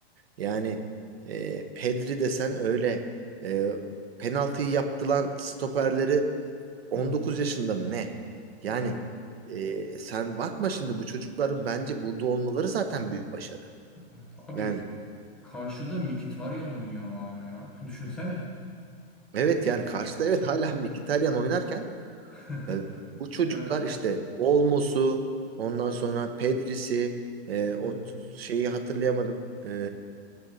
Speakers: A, on the right; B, in the centre.
A: Yani e, Pedri desen öyle e, penaltıyı yaptılan stoperleri 19
B: Hı hı.
A: yaşında mı ne? Yani
B: Evet,
A: e, sen bakma şimdi bu çocukların bence burada olmaları zaten büyük başarı.
B: evet. Abi
A: Yani
B: karşıda Mkhitaryan oynuyor hala ya. <laughs> Düşünsene.
A: evet yani karşıda evet hala <laughs> Mkhitaryan oynarken
B: <laughs>
A: e, bu çocuklar
B: Ya,
A: işte Olmos'u ondan sonra Pedri'si e, o
B: evet.
A: t- şeyi hatırlayamadım. E,